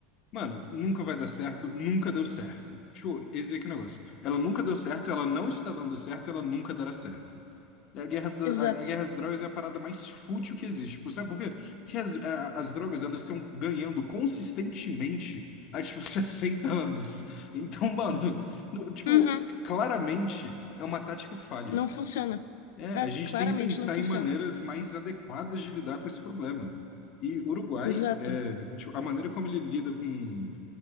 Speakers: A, on the left; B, on the left.
A: Mano, nunca vai dar certo, nunca deu certo. Tipo, esse aqui é o negócio. Ela nunca deu certo, ela não está dando certo, ela nunca dará certo. A guerra, da-
B: exato.
A: a, a guerra às drogas é a parada mais fútil que existe. Tipo, sabe por quê? Porque as, a- as drogas, elas estão ganhando consistentemente há, tipo, <laughs> 60 anos. Então, mano, no- tipo,
B: Uhum,
A: claramente é uma tática falha.
B: não funciona.
A: É,
B: É,
A: a gente
B: claramente
A: tem que pensar
B: não funciona.
A: em maneiras mais adequadas de lidar com esse problema. E o Uruguai,
B: Exato.
A: é, tipo, a maneira como ele lida com,